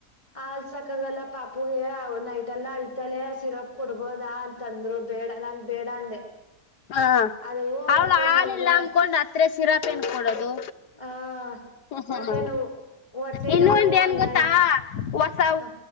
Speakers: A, on the left; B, on the left.
A: ಆಲ್ಸಕಾಗಲ್ಲ ಪಾಪುಗೆ ಅವ ನೈಟ್ ಎಲ್ಲ ಅಳ್ತಾಳೆ ಸಿರಪ್ ಕೊಡ್ಬೋದ ಅಂತ. ತಂದ್ರು ಬೇಡ ಬೇಡ ಅಂದೆ.
B: ಹಾ
A: ಅದು
B: ಅವಳ
A: ಹೊಟ್ಟೆ
B: ಹಾಲಿಲ್ಲ
A: ನೋವಿಗೆ
B: ಅಂದಕೊಂಡ್ ಅತ್ರ ಸಿರಾಪ್ ಏನ್ ಕೊಡೋದು.
A: ಆ
B: ಹ ಹ್ಮ
A: ಹೊಟ್ಟೆ
B: ಹ್ಮ
A: ನೋವು ಹೊಟ್ಟೆ
B: ಇನ್ನು
A: ನೋವು
B: ಒಂದು
A: ಅಲ್ಲ
B: ನ್ ಗೊತ್ತಾ. ಹೊಸ
A: ಹ